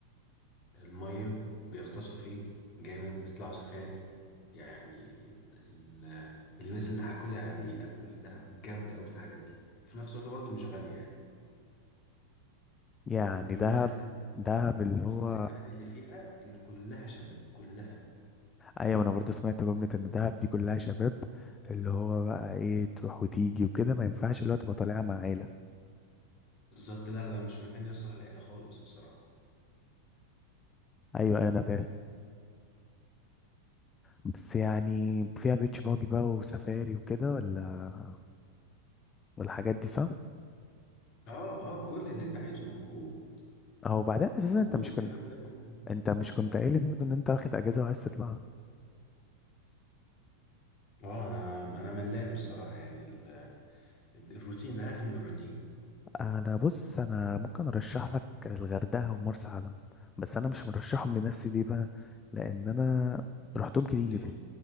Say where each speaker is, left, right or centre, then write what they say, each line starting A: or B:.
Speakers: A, on the left; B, on the left.
A: المية بيغطسوا فيه جامد بيطلعوا سفاري يعني ال... الناس اللي حكولي عليه قالوا لي دهب جامدة أوي في الحاجات دي في نفس الوقت برضه مش غالية يعني
B: يعني
A: و- والميزة
B: دهب دهب اللي
A: والميزة
B: هو
A: كمان اللي فيها إن كلها شباب كلها
B: ايوه انا برضه سمعت جملة ان دهب دي كلها شباب اللي هو بقى ايه تروح وتيجي وكده ما ينفعش اللي هو تبقى طالعة مع عيلة
A: بالظبط لا ده مش مكان يصلح للعيلة خالص بصراحة
B: ايوه ايوه انا فاهم بس يعني فيها بيتش باجي بقى وسفاري وكده ولا والحاجات دي صح
A: اه اه كل اللي انت عايزه موجود
B: او بعدين اساسا
A: كل
B: انت مش
A: الكلام
B: كنت
A: ده موجود
B: انت مش كنت قايل لي برضه ان انت واخد اجازه وعايز تطلع
A: اه انا انا ملان بصراحة يعني ال... ال- الروتين زهقت من الروتين
B: انا بص انا ممكن ارشح لك الغردقه ومرسى علم بس انا مش مرشحهم لنفسي ليه بقى لان انا رحتهم كتير
A: ليه؟